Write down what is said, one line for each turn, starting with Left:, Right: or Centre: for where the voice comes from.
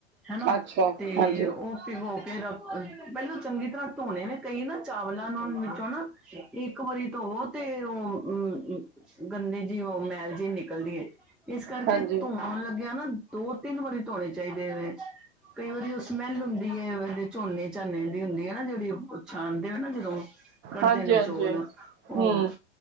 Centre: ਹਨਾ-
Right: ਅੱਛਾ
Centre: ਤੇ
Right: ਹਾਂਜੀ
Centre: ਓ ਪਿਗੋ- ਫਿਰ ਪੈਲਾਂ ਚੰਗੀ ਤਰ੍ਹਾਂ ਧੋਣੇ ਨੇ। ਕਈ ਨਾ ਚਾਵਲਾਂ ਨੂੰ ਵਿੱਚੋਂ ਨਾ ਇੱਕ ਵਾਰੀ ਧੋਵੋ ਤੇ ਉਹ ਉ ਉ- ਗੰਦੇ ਜੇਈ ਉਹ ਮੈਲ ਜੇਈ ਨਿਕਲਦੀ ਏ। ਇਸ ਕਰਕੇ
Right: ਹਾਂਜੀ
Centre: ਧੋਣ ਲੱਗਿਆ ਨਾ ਦੋ ਤਿੰਨ ਵਾਰੀ ਧੋਣੇ ਚਾਈਦੇ ਵੇ ।ਕਈ ਵਾਰੀ ਓ ਸਮੈਲ ਹੁੰਦੀ। ਵਲੇ ਝੋਨੇ ਝਾਨੇ ਦੀ ਹੁੰਦੀ ਏ ਨਾ ਜੇੜੀ- ਓ ਛਾਣਦੇ ਓ ਨਾ ਜਦੋਂ ਕੱਢਦੇ
Right: ਹਾਂਜੀ
Centre: ਨੇ ਚੌਲ।
Right: ਹਾਂਜੀ
Centre: ਓ-
Right: ਹਮ